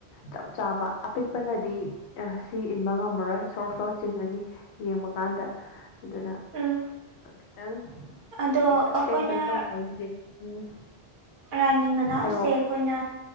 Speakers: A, on the left; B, on the right.
A: ꯆꯞ ꯆꯥꯕ ꯑꯄꯤꯛ ꯑꯄꯤꯛꯅꯗꯤ ꯑ ꯁꯤ ꯏꯟꯕ ꯉꯝꯃꯔꯣꯏ ꯁꯣꯔꯠ ꯁꯣꯔꯠ ꯆꯤꯡꯉꯅꯤ ꯌꯦꯡꯕ ꯀꯥꯟꯗ ꯑꯗꯨꯅ
B: ꯎꯝ
A: ꯈꯤꯇꯪ
B: ꯑꯗꯣ
A: ꯄꯤꯛꯇꯛ
B: ꯑꯩꯈꯣꯏꯅ
A: ꯆꯦꯡꯇꯛ ꯇꯧꯕꯒꯤꯗꯤ ꯎꯝ
B: ꯔꯥꯅꯤ ꯃꯅꯥꯎꯁꯦ
A: ꯍꯥꯏꯔꯛꯑꯣ
B: ꯑꯩꯈꯣꯏꯅ